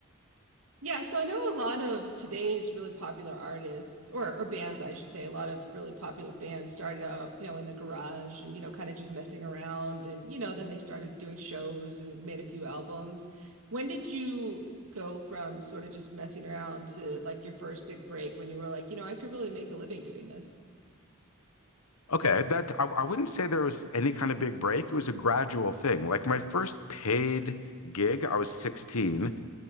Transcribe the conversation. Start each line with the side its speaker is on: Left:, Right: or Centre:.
Right: Yeah, so I know a lot of today's really popular artists or or bands, I should say, a lot of really popular bands started out, you know, in the garage and you know, kind of just messing around and you know, then they started doing shows and made a few albums. When did you go from sort of just messing around to like your first big break when you were like, you know, I could really make a living doing this?
Left: Okay, that I, I wouldn't say there was any kind of big break. It was a gradual thing. Like my first paid gig, I was 16